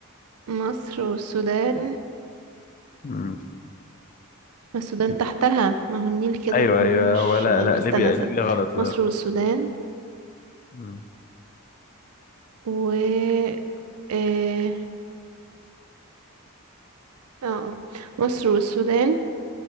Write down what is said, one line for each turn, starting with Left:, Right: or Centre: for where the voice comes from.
Right: مصر والسودان
Left: مم.
Right: ما السودان تحتها ما هو النيل كده
Left: ايوه
Right: هو
Left: ايوه
Right: النيل مش
Left: هو
Right: شمال
Left: لا لا
Right: استنى
Left: ليبيا
Right: استنى
Left: ليبيا غلط لا
Right: مصر والسودان
Left: مم.
Right: و اه اه آه. مصر والسودان